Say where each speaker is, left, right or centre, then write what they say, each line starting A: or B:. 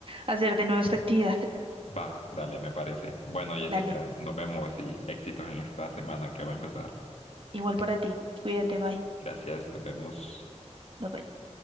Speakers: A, on the right; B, on the left.
A: hacer de nuevo esta actividad. <laughs>
B: Va, dale, me parece. Bueno, Jessica,
A: Dale.
B: nos vemos y éxitos en esta semana que va a empezar.
A: Igual para ti. Cuídate, bye.
B: Gracias, nos vemos.
A: Bye bye.